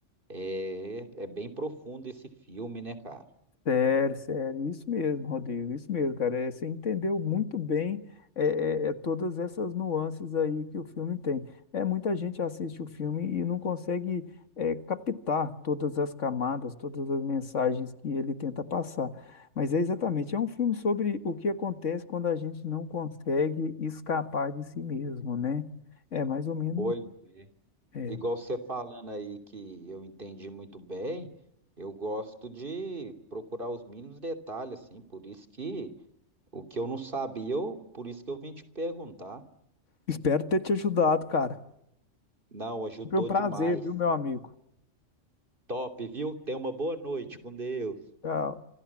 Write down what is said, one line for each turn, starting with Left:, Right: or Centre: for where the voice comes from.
Right: É, é bem profundo esse filme, né, cara?
Left: Sério, sério, isso mesmo, Rodrigo, isso mesmo, cara. É, Você entendeu muito bem é, é, é, todas essas nuances aí que o filme tem. É, muita gente assiste o filme e não consegue é, captar todas as camadas, todas as mensagens que ele tenta passar. Mas é exatamente, é um filme sobre o que acontece quando a gente não consegue escapar de si mesmo, né? É mais ou menos.
Right: Pois,
Left: é.
Right: igual você falando aí que eu entendi muito bem, eu gosto de procurar os mínimos detalhes, assim, por isso que o que eu não sabia, eu, por isso que eu vim te perguntar.
Left: Espero ter te ajudado, cara.
Right: Não, ajudou
Left: Foi um prazer,
Right: demais.
Left: viu, meu amigo?
Right: Top, viu? Tenha uma boa noite com Deus.
Left: Tchau.